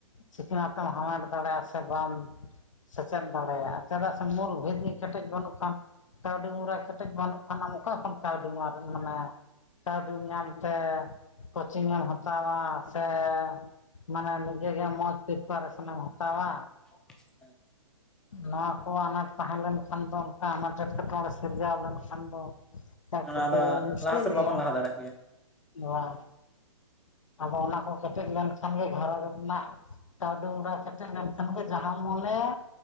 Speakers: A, on the left; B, in the centre.
A: ᱥᱤᱠᱷᱱᱟᱹᱛ ᱮᱢ ᱦᱟᱢᱮᱴ ᱫᱟᱲᱮᱭᱟᱜᱼᱟ ᱥᱮ ᱵᱟᱢ ᱥᱮᱪᱮᱫ ᱫᱟᱲᱮᱭᱟᱜᱼᱟ ᱪᱮᱫᱟᱜ ᱥᱮ ᱢᱩᱞ ᱵᱷᱤᱛ ᱠᱮᱴᱮᱡ ᱵᱟᱹᱱᱩᱜ ᱠᱷᱟᱱ ᱠᱟᱹᱣᱰᱤ ᱢᱩᱨᱟᱹᱭ ᱠᱮᱴᱮᱡ ᱵᱟᱹᱱᱩᱜ ᱠᱷᱟᱱ ᱟᱢ ᱚᱠᱟ ᱠᱷᱚᱱ ᱠᱟᱹᱣᱰᱤᱢ ᱢᱟᱱᱮ ᱠᱟᱹᱣᱰᱤᱢ ᱧᱟᱢ ᱛᱮ ᱠᱚᱪᱤᱝ ᱮᱢ ᱦᱟᱛᱟᱣᱟ ᱥᱮ ᱢᱟᱱᱮ ᱡᱮᱜᱮ ᱢᱚᱡᱽ <unintelligible> ᱦᱟᱛᱟᱣᱟ
B: <inaudible>
A: ᱱᱚᱣᱟ ᱠᱚ ᱟᱱᱟᱴ ᱛᱟᱦᱮᱸ ᱞᱮᱱᱠᱷᱟᱱ ᱫᱚ ᱚᱱᱠᱟ ᱟᱱᱟᱴ ᱮᱸᱴᱠᱮᱴᱚᱬᱮ ᱥᱤᱨᱡᱟᱹᱣ ᱞᱮᱱᱠᱷᱟᱱ ᱫᱚ ᱟᱨ
B: ᱚᱱᱟ
A: ᱛᱳᱯᱳᱱ
B: ᱟᱫᱚ
A: ᱢᱤᱥᱴᱮᱱ
B: ᱞᱟᱦᱟ ᱥᱮᱫ
A: ᱞᱮᱭᱟ
B: ᱵᱟᱵᱚᱱ ᱞᱟᱦᱟ ᱫᱟᱲᱮᱭᱟᱜ ᱜᱮᱭᱟ
A: ᱱᱚᱣᱟ ᱟᱫᱚ ᱚᱱᱟ ᱠᱚ ᱠᱮᱴᱮᱡ ᱞᱮᱱᱠᱷᱟᱱ ᱜᱮ ᱜᱷᱟᱨᱚᱸᱡᱽ ᱨᱮᱱᱟᱜ ᱠᱟᱹᱣᱰᱤ ᱢᱩᱨᱟ. ᱭ ᱠᱮᱴᱮᱡ ᱞᱮᱱᱠᱷᱟᱱ ᱜᱮ ᱡᱟᱦᱟᱢ ᱢᱚᱱᱮᱭᱟ